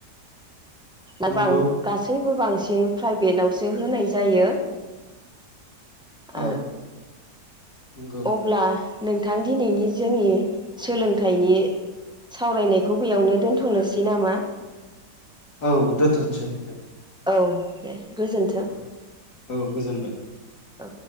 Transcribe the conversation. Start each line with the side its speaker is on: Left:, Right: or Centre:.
Centre: दा
Left: नंगौ
Centre: बां गासैबो बां- सिन प्राइभेनावसो होनाय जायो।
Left: औ
Centre: आरो
Left: नंगौ
Centre: अब्ला नोंथां दिनैनि जोंनि सोलोंथाइनि सावरायनायखौ बेयावनो दोन्थ'नोसै नामा?
Left: औ दोनथ'नोसै दे।
Centre: औ दे गोजोन्थों
Left: औ औ गोजोनबाय।
Centre: औ